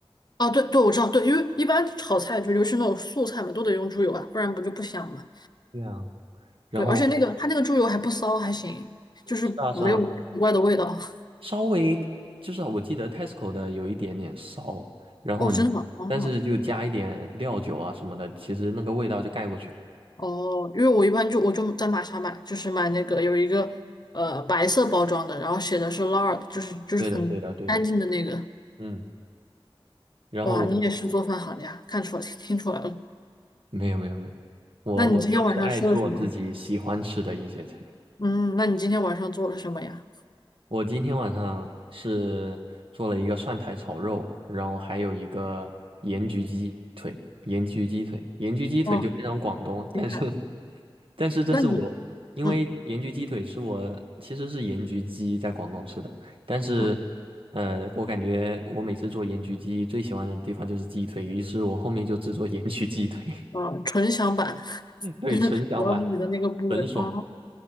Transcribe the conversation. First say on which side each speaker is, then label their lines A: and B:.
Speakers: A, on the left; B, on the right.
A: 啊，对对，我知道，对，因为一般炒菜就尤其是那种素菜嘛，都得用猪油啊，不然不就不香嘛。
B: 对啊，然后
A: 对，而且那个它那个猪油还不骚，还行，就是没有奇怪的味道。
B: 是啊是啊，
A: <laughs>
B: 稍微就是我记得 Tesco 的有一点点骚，然后你但是就加一点料酒啊什么的，
A: 哦，真的吗？哦
B: 其实那个味道就盖过去了。
A: 哦，因为我一般就我就在玛莎买，就是买那个有一个呃白色包装的，然后写的是 lard，就是就是很干净的那个。
B: 对的对的对的，嗯。然后我就
A: 哇，你也是做饭行呀，看出来听听出来了。
B: 没有没有没有，我我就是爱做自己喜欢吃的一些菜。
A: 那你今天晚上吃了什么？嗯，那你今天晚上做了什么呀？
B: 我今天晚上是做了一个蒜苔炒肉，然后还有一个盐焗鸡腿，盐焗鸡腿，盐焗鸡腿就非常广东，
A: 哦，厉害。
B: 但是但是这是我，
A: 那你
B: 因为盐焗鸡腿是我其实是盐焗鸡在广东吃的，
A: 嗯。
B: 但是
A: 嗯
B: 呃，我感觉我每次做盐焗鸡最喜欢的地方就是鸡腿，于是我后面就只做盐焗鸡腿，
A: 啊，纯享版，<laughs>
B: <laughs> 对，
A: 就是只要自己的那个部位啊。
B: 纯享版，纯爽。